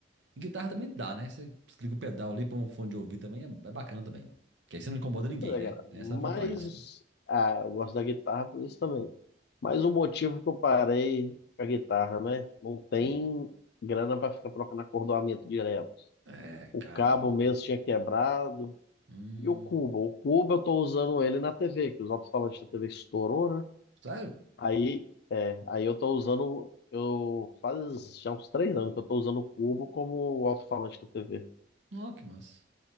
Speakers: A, on the right (about 70°); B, on the left (about 60°).
A: E guitarra também dá, né? Você liga o pedal ali, põe um fone de ouvido também, é, é bacana também. Que aí você não incomoda ninguém,
B: Mas, é,
A: né?
B: cara,
A: Tem
B: mas,
A: essa vantagem assim.
B: os- ah, eu gosto da guitarra por isso também. Mas o motivo que eu parei com a guitarra, né? Não tem
A: Sim.
B: grana para ficar trocando acordoamento direto.
A: É,
B: O
A: carinho.
B: cabo mesmo tinha quebrado.
A: Hum,
B: E o cubo? O cubo eu tô usando ele na TV, que os alto-falantes da TV estourou, né?
A: sério?
B: Aí, é, aí eu tô usando. Eu faz já uns três anos que eu tô usando o cubo como o alto-falante da TV.
A: Ó, que massa.